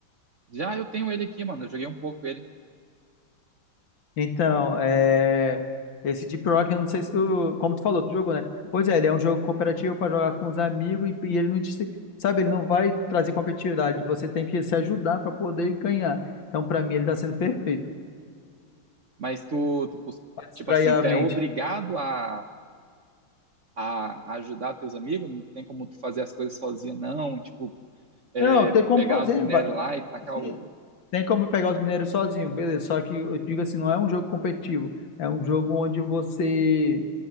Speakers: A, on the right; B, on the left.
A: Já eu tenho ele aqui, mano. Eu joguei um pouco ele.
B: Então, é... esse Deep Rock, eu não sei se tu, como tu falou, tu jogou, né? Pois é, ele é um jogo cooperativo para jogar com os amigos e, e ele não, disse- sabe, ele não vai trazer competitividade, você tem que se ajudar para poder ganhar. Então, para mim, ele tá sendo perfeito,
A: Mas tu, tu,
B: para distrair
A: tipo assim,
B: a
A: tu
B: mente.
A: é obrigado a, a ajudar teus amigos? Não tem como tu fazer as coisas sozinho, não? Tipo, é,
B: Não, tem como
A: pegar
B: fazer,
A: os minérios lá e tacar
B: Sim,
A: o...
B: tem como pegar os mineiros sozinho, beleza. Só que eu digo assim, não é um jogo competitivo, é um jogo onde você